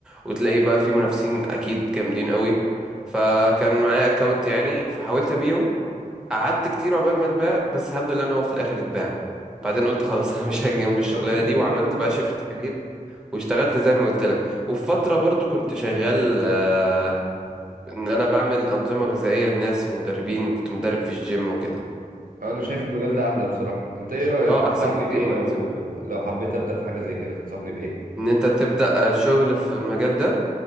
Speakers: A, in the centre; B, on the right.
A: وتلاقي بقى في منافسين اكيد جامدين قوي فكان معايا اكونت يعني فحاولت ابيعه قعدت كتير عقبال ما اتباع بس الحمد لله ان هو في الاخر اتباع بعدين قلت خلاص <laughs> انا مش هاجي جنب الشغلانه
B: طب الحمد
A: دي وعملت
B: لله والله
A: بقى شيفت كارير واشتغلت زي ما قلت لك وفي فتره برضو كنت شغال آه، ان انا بعمل انظمه غذائيه لناس ومدربين كنت مدرب في الجيم وكده
B: انا شايف المجال ده احلى بصراحه انت ايه رايك
A: اه
B: تنصحني
A: احسن بكتير
B: بايه
A: ما
B: لو
A: انا سبته
B: لو حبيت ابدا في حاجه زي كده تنصحني بايه
A: ان انت تبدا آه، شغل في المجال ده